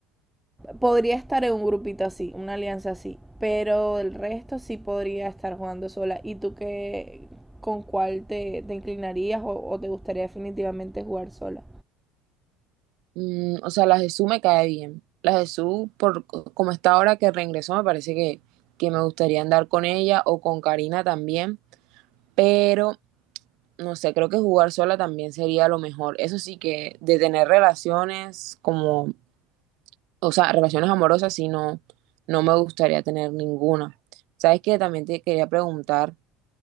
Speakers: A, in the centre; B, on the right.
A: Podría estar en un grupito así, una alianza así. Pero el resto sí podría estar jugando sola. ¿Y tú qué, con cuál te, te inclinarías o, o, te gustaría definitivamente jugar sola?
B: Mm, o sea, la Jesús me cae bien. La Jesús, por c- como está ahora que reingresó, me parece que, que me gustaría andar con ella o con Karina también. Pero, no sé, creo que jugar sola también sería lo mejor. Eso sí que de tener relaciones como, o sea, relaciones amorosas, sí, no, no me gustaría tener ninguna. ¿Sabes qué? También te quería preguntar